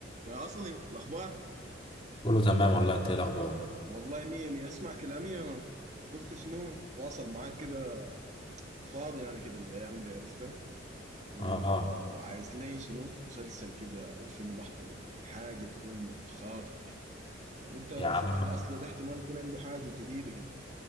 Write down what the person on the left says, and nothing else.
كله تمام والله انت ايه الاخبار
اه آه.
يا عم